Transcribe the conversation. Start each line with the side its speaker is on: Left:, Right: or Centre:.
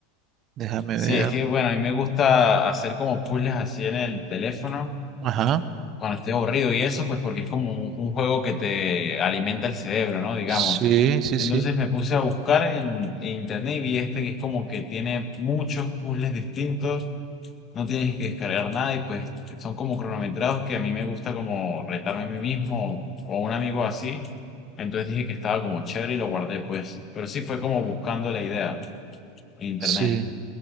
Right: Déjame
Left: sí,
Right: ver.
Left: es que bueno, a mí me gusta hacer como puzzles así en el teléfono
Right: Ajá.
Left: cuando estoy aburrido y eso, pues porque es como un, un juego que te alimenta el cerebro, ¿no? Digamos.
Right: Sí, sí,
Left: Entonces
Right: sí,
Left: me puse a buscar en, en internet y vi este que es como que tiene muchos puzzles distintos no tienes que descargar nada y pues son como cronometrados que a mí me gusta como retarme a mí mismo o, a un amigo así. Entonces dije que estaba como chévere y lo guardé pues. Pero sí fue como buscando la idea en internet.
Right: sí.